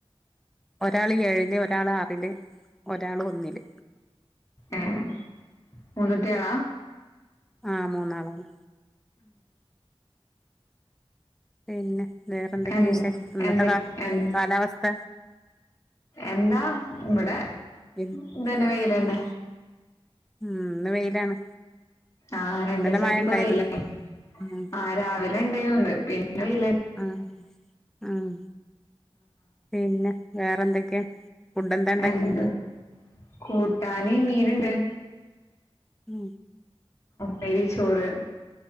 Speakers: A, in the centre; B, on the left (about 30°).
A: ഒരാള് ഏഴിൽ ഒരാള് ആറില് ഒരാള് ഒന്നില്
B: ഏഹ് മൂന്നുട്യോളാ?
A: ആഹ് മൂന്നാളാണ് പിന്നെ വേറെന്തൊക്കെ
B: എൻ
A: വിശേഷം ന്നത്ത
B: എന്ത്
A: കാ
B: എൻ
A: കാലാവസ്ഥ
B: എന്താ ഇവിടെ
A: ഉം
B: ഇതന്നെ വെയിലന്നെ
A: ഉം ഇന്ന് വെയിലാണ്.
B: ആഹ് രണ്ടീസായിട്ടിപ്പോ
A: ഇന്നലെ മഴ ഉണ്ടായിരുന്നു
B: വെയിലല്ലെ
A: ഉം
B: ആഹ് രാവിലെ ഉണ്ടായിരുന്നുന്ന് <unintelligible> ആഹ്
A: ആഹ് ആഹ് പിന്നെ വേറെന്തൊക്കെയാ ഫുഡ് എന്താ ഉണ്ടാക്കിയെ
B: എന്ത് കൂട്ടാന് മീന്ണ്ട്
A: മ്
B: തരിചോറ്